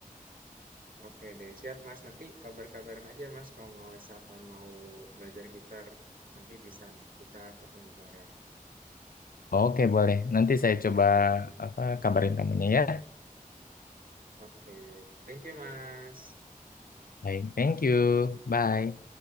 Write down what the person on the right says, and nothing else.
Oke deh, siap mas. Nanti kabar-kabaran aja mas kalau mau misalkan mau belajar gitar nanti bisa nih kita ketemu bareng.
Oke, thank you mas.